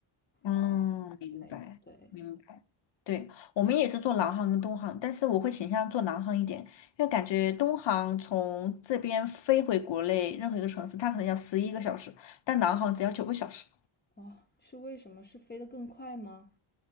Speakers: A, on the left (about 60°); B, on the left (about 20°).
A: 嗯，
B: 啊、呃之类的。
A: 明白，
B: 对，
A: 明白。对，我们也是做南航跟东航，但是我会倾向做南航一点，因为感觉东航从这边飞回国内任何一个城市，它可能要十一个小时，但南航只要九个小时。
B: 哇、哦是为什么？是飞得更快吗？